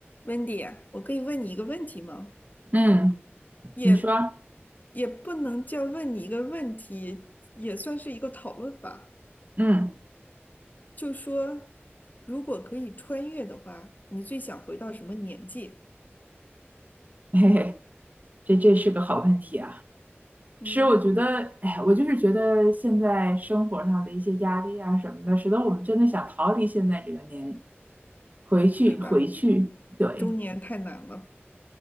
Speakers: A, on the left (about 40°); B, on the right (about 40°).
A: Wendy，啊我可以问你一个问题吗？
B: 嗯，
A: 也
B: 你说，
A: 也不能叫问你一个问题，也算是一个讨论吧。
B: 嗯，
A: 就说如果可以穿越的话，你最想回到什么年纪？
B: 嘿嘿，这这是个好问题啊。
A: 嗯，
B: 是，我觉得，哎，我就是觉得现在生活上的一些压力啊什么的，使得我们真的想逃离现在这个年，回去，
A: 对吧？
B: 回去，对，
A: 中年太难了。